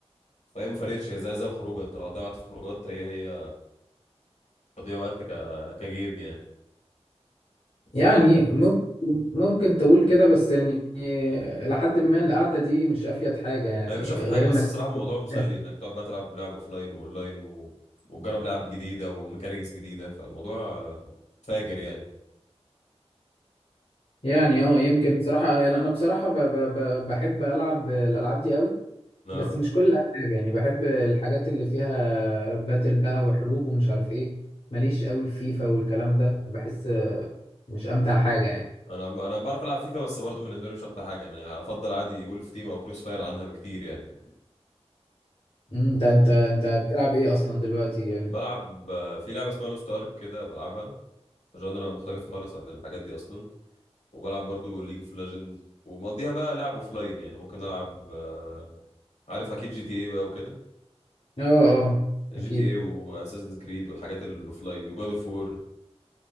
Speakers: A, on the left; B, on the left.
A: فهي ما فرقتش هي زي زي الخروجه انت لو ضيعت في خروجات هي هي تضييع وقت ك... كجيم يعني ف
B: يعني ممكن ممكن تقول كده بس يعني لحد ما القعدة دي مش أفيد حاجة يعني
A: هي مش شافت
B: غير
A: حاجه بس
B: إنك
A: بصراحه الموضوع مسلي
B: تتعب.
A: انك تقعد بقى تلعب لعب اوفلاين واونلاين و... وتجرب لعب جديده وميكانيكس جديده فالموضوع آه، فاجر يعني
B: يعني اه يمكن بصراحة يعني أنا بصراحة ب ب ب بحب ألعب الألعاب دي قوي
A: آه،
B: بس مش كل الألعاب يعني بحب الحاجات اللي فيها باتل بقى وحروب ومش عارف إيه ماليش قوي في فيفا والكلام ده بحس مش أمتع حاجة يعني
A: انا انا انا بعرف العب فيفا بس برضه بالنسبه لي مش امتع حاجه انا افضل عادي وولف تيم او كروس فاير عنها بكتير يعني
B: أمم، أنت أنت
A: ال-
B: أنت بتلعب إيه أصلا دلوقتي يعني
A: بلعب آه، في لعبه اسمها لوست ارك كده بلعبها جانرا مختلفه خالص عن الحاجات دي اصلا وبلعب برضه ليج اوف ليجندز ومقضيها بقى لعب اوفلاين يعني ممكن العب آه، عارف اكيد جي تي اي بقى وكده
B: اه اه
A: جي
B: أكيد
A: تي اي واساسن كريد والحاجات الاوفلاين وجاد اوف وور